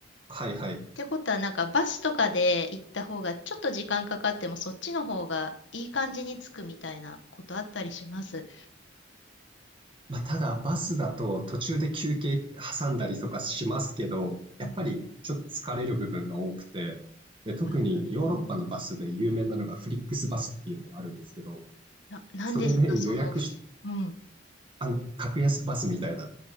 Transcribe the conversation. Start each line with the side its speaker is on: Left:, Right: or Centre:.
Right: はいはい。
Left: てことは、なんかバスとかで行った方がちょっと時間かかってもそっちの方がいい感じに着くみたいなことあったりします。
Right: まあ、ただバスだと途中で休憩挟んだりとかしますけど、やっぱりちょっと疲れる部分が多くて、
Left: うん。
Right: で、特にヨーロッパのバスで有名なのがフリックスバスっていうのがあるんですけど、
Left: あー、うん、な、なんですか、
Right: それで予約し、
Left: その、うん。
Right: あの、格安バスみたいな、